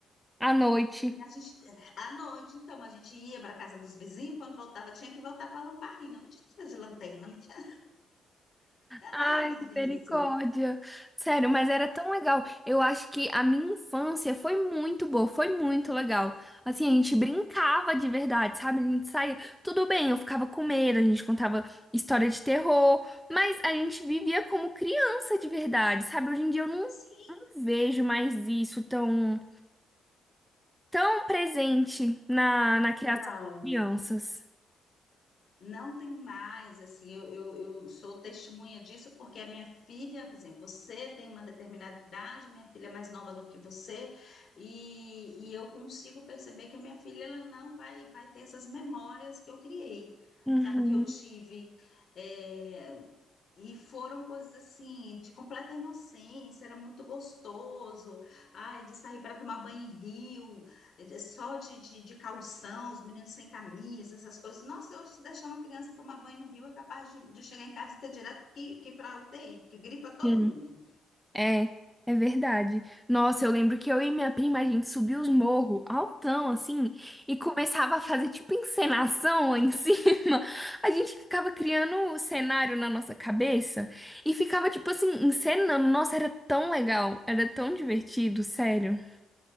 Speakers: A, in the centre; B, on the left.
A: À noite.
B: E a gente, à noite, então, a gente ia para a casa dos vizinhos, quando voltava, tinha que voltar com a lamparina. Não tinha coisa de lanterna, não tinha nada
A: Ai,
B: disso.
A: misericórdia. Sério, mas era tão legal. Eu acho que a minha infância foi muito boa, foi muito legal. Assim, a gente brincava de verdade, sabe? A gente saía. Tudo bem, eu ficava com medo, a gente contava história de terror, mas a gente vivia como criança de verdade, sabe? Hoje em dia eu não
B: Sim,
A: vejo mais isso tão, tão presente na, na criação
B: não.
A: das crianças.
B: Não tem mais, assim, eu, eu, eu sou testemunha disso porque a minha filha, por exemplo, você tem uma determinada idade, minha filha é mais nova do que você, e, e eu consigo perceber que a minha filha ela não vai, vai ter essas memórias que eu criei,
A: Uhum.
B: sabe, que eu tive. É, e foram coisas assim, de completa inocência, era muito gostoso. Ai, de sair para tomar banho em rio, eh, eh, só de, de, de calção, os meninos sem camisa, essas coisas. Nossa, hoje, se deixar uma criança tomar banho no rio, é capaz de, de chegar em casa e ter direto que, que para UTI, porque gripa todo
A: Sim,
B: mundo.
A: É, é verdade. Nossa, eu lembro que eu e minha prima, a gente subia os morros altão, assim, e começava a fazer tipo encenação lá em <laughs> cima. A gente ficava criando o cenário na nossa cabeça e ficava, tipo assim, encenando. Nossa, era tão legal, era tão divertido, sério.